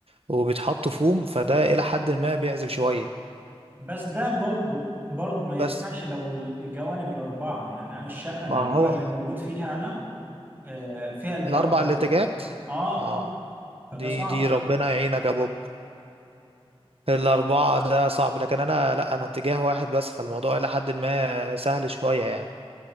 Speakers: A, on the right; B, on the right.
A: وبيتحط فوم فده الى حد ما بيعزل شويه
B: بس ده برضو برضو ما
A: فبس
B: ينفعش لو الجوانب الاربعه يعني انا الشقه
A: ما
B: العماره
A: هو
B: اللي موجود فيها انا آه، فيها الجوانب
A: الاربع
B: الاربعه
A: الاتجاهات
B: اه
A: اه
B: اه فده
A: دي
B: صعب
A: دي ربنا
B: شويه
A: يعينك يا بوب الأربعة ده صعب لكن أنا لأ أنا اتجاه واحد بس فالموضوع إلى حد ما سهل شوية يعني